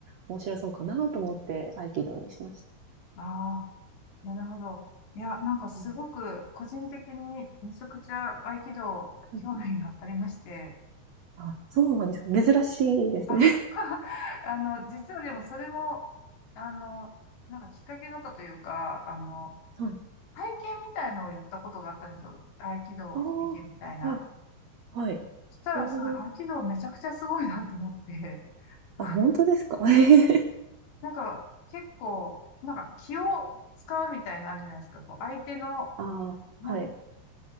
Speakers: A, on the right; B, on the left.
A: 面白そうかなと思って合気道にしまし
B: ああ、なるほど。いや、なんかすごく個人的にめちゃくちゃ合気道興味がありまして、
A: た。はい。はいあ、そうなんですか。珍しいですね。
B: ああ <laughs>、あの、実はでもそれも、あの、なんかきっかけがあったというか、あの、
A: はい。
B: 体験みたいのをやったことがあったんですよ。合気道体験みたいな。
A: ああ、はい、はい。
B: そしたら、
A: えー
B: その合気道めちゃくちゃすごいなと思って、<laughs> あ
A: あ、本当ですか。<laughs>
B: なんか結構、なんか気を使うみたいなのあるじゃないですか。こう相手の、
A: ああ、
B: なんか、
A: はい。